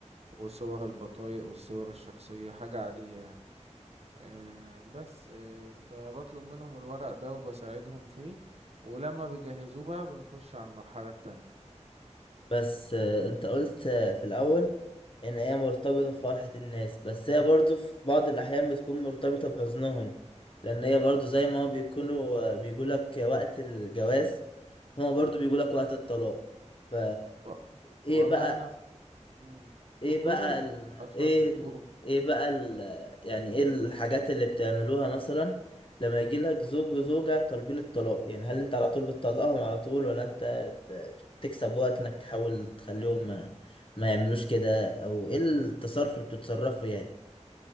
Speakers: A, on the right (about 60°); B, on the left (about 45°).
A: وصور البطايق والصور الشخصية حاجة عادية يعني آه، بس آه، فبطلب منهم الورق ده وبساعدهم فيه ولما بيجهزوه بقى بنخش على المرحلة التانية
B: بس آه، انت قلت آه، في الاول ان هي مرتبطة بفرحة الناس بس هي برضو في بعض الاحيان بتكون مرتبطة بحزنهم لان هي برضو زي ما هو بيكونوا آه، بيقولك وقت الجواز هما برضو بيقولك وقت الطلاق ف
A: و-
B: ايه
A: والله
B: بقى
A: احنا في, مم،
B: ايه
A: في كل
B: بقى
A: ال...
B: ال... ايه
A: اتفضل
B: ال...
A: قول
B: ايه بقى ال... يعني ايه الحاجات اللي بتعملوها مثلا لما يجي لك زوج وزوجة طالبين الطلاق يعني هل انت على طول بتطلقهم على طول ولا انت ب- بتكسب وقت انك تحاول تخليهم ما, ما يعملوش كده او ايه التصرف اللي بتتصرفه يعني